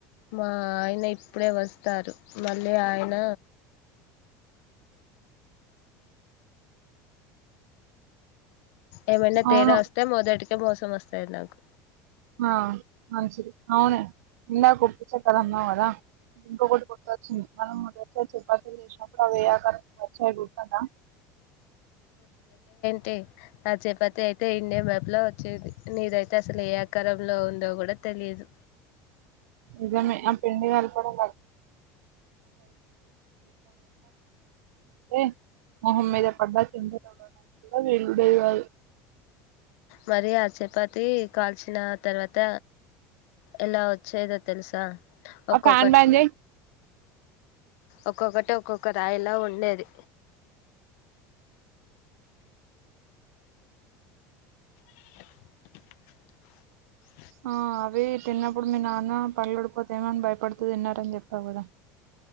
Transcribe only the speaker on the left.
మా ఆయన ఇప్పుడే వస్తారు. మళ్ళీ ఆయన ఏమైనా
తేడా వస్తే మొదటిక్ కే మోసం వస్తాయి నాకు
టి ఆ చపాతి అయితే ఇండియా మ్యాప్ లా వచ్చేది నీదైతే అసలు ఏ అకారంలో ఉందో కూడా తెలియదు
మరి ఆ చపాతి కాల్చిన తర్వాత ఎలా వచ్చేదో తెలుసా ఒక్కొక్కటి
ఒక్కొక్కటి ఒక్కొక్క రాయిలా ఉండేది. <unintelligible>